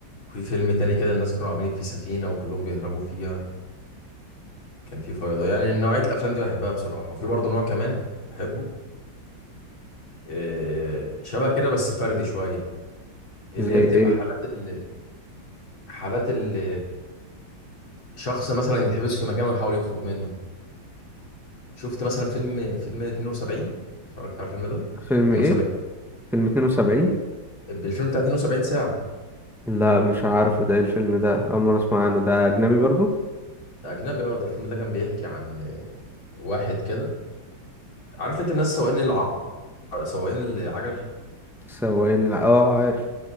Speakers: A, on the left (about 80°); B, in the centre.
A: وفي فيلم تاني كده الناس كانوا عاملين فيه سفينه وكلهم بيهربوا فيها كان فيه فيضان يعني نوعيه الافلام دي بحبها بصراحه وفي برضه نوع كمان بحبه آه، شبه كده بس فردي شويه اللي
B: زي
A: هي
B: ايه
A: بتبقى حالات ال... حالات ال... شخص مثلا يتحبس في مكان ويحاول يخرج منه شفت مثلا فيلم فيلم 72 اتفرجت على الفيلم ده
B: فيلم
A: 72
B: ايه فيلم 72
A: الفيلم بتاع 72 ساعة
B: لا مش عارف ده ايه الفيلم ده اول مرة اسمع عنه ده اجنبي برضه
A: أجنبي اه ده الفيلم ده كان بيحكي عن آه، واحد كده عارف أنت الناس سواقين الع... سواقين العجل
B: سواقين الع... اه عارف